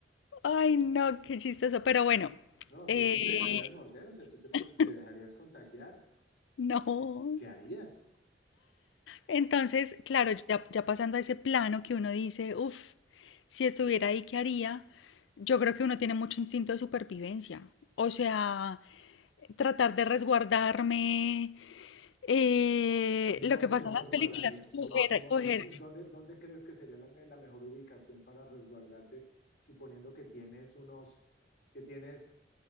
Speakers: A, on the left; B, on the left.
A: Ay, no, qué chistoso. Pero bueno,
B: No,
A: eh,
B: de- tú te dejarías morder, o sea, tú te, per-
A: <laughs>
B: te dejarías contagiar.
A: no.
B: ¿Qué harías?
A: Entonces, claro, ya, ya pasando a ese plano que uno dice, uff, si estuviera ahí, ¿qué haría? Yo creo que uno tiene mucho instinto de supervivencia. O sea, tratar de resguardarme. eh,
B: ¿En
A: lo
B: dónde
A: que pasa
B: te resguardarías?
A: en las películas, coger,
B: ¿Cómo, cómo,
A: coger,
B: cómo, en dónde, dónde crees que sería la, me- la mejor ubicación para resguardarte, suponiendo que tienes unos, que tienes